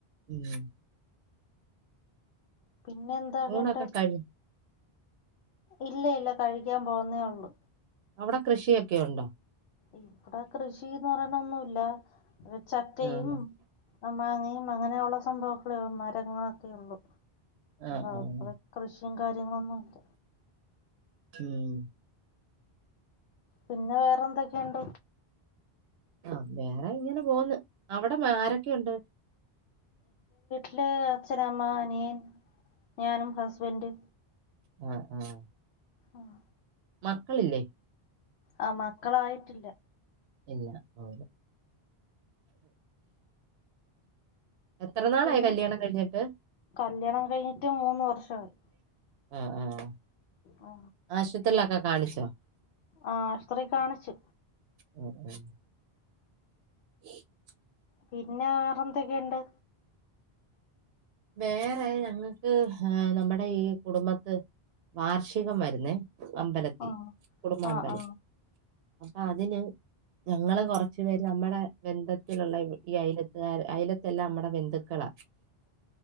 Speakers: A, on the right (about 75°); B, on the left (about 80°).
A: ഉം.
B: പിന്നെ എന്താകേണ്ടത്?
A: ഊണൊക്കെ കഴി
B: ഇല്ല ഇല്ല കഴിക്കാൻ പോകുന്നേ ഒ ള്ളു.
A: അവിടെ കൃഷിയൊക്കെ ഉണ്ടോ?
B: ഇവിടൊ കൃഷിന്ന് പറയണ ഒന്നുല്ല ചക്കയും
A: ആഹ്
B: മാങ്ങയും അങ്ങനെയുള്ള സംഭവങ്ങള മരങ്ങളൊക്കെ ഉള്ളൂ
A: ആഹ്
B: അ
A: ആഹ്
B: കൃഷി കാര്യങ്ങളൊന്നും ഇല്ല
A: ഉം
B: പിന്നെ വേറെ എന്തൊക്കെയുണ്ട്?
A: ആ വേറെ ഇങ്ങനെ പോന്ന് അവിടെ ആരൊക്കെയുണ്ട്?
B: ട്ടില് അച്ഛനമ്മ അനിയൻ ഞാനും ഹസ്ബന്റ്
A: ആഹ ആഹ
B: ആഹ
A: മക്കളില്ലേ?
B: ആ മക്കളായിട്ടില്ല.
A: ഇല്ല അ എത്ര നാളായി
B: പിന്നെ
A: കല്യാണം കഴിഞ്ഞിട്ട്?
B: കല്യാണം കഴിഞ്ഞിട്ട് മൂന്ന് വർഷമായി
A: ആ ആഹ
B: ആ
A: ആശുത്രിയിലൊക്കെ കാണിച്ചോ?
B: ആ ശ്ത്രീ കാണിച്
A: ഉം ഉം <unintelligible>
B: പിന്നെ വേറെന്തൊക്കെയുണ്ട്?
A: വേറെ ഞങ്ങൾക്ക് ആ നമ്മുടെ ഈ കുടുംബത്ത് വാർഷികം വരുന്നേ അമ്പലത്തി
B: ആ
A: കുടുംബമ്പലത്തി
B: ആ ആ
A: അപ്പ അതിന്? ഞങ്ങള് കൊറച്ചു പേര് നമ്മുടെ ബന്ധത്തിലുള്ള ഈ അയലത്തുകാർ അയലത്തെല്ലാം നമ്മുടെ ബന്ധുക്കളാ
B: <inaudible>